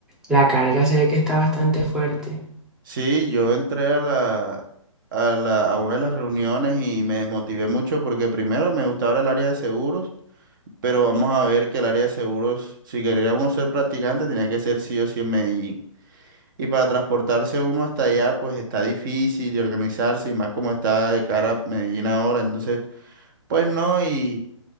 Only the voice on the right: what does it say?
Sí, yo entré a la, a la, a una de las reuniones y me desmotivé mucho porque primero me gustaba el área de seguros, pero vamos a ver que el área de seguros, si quería uno ser practicante, tenía que ser sí o sí en Medellín. Y para transportarse uno hasta allá, pues está difícil y organizarse, y más como está de cara a Medellín ahora, entonces, pues no, y...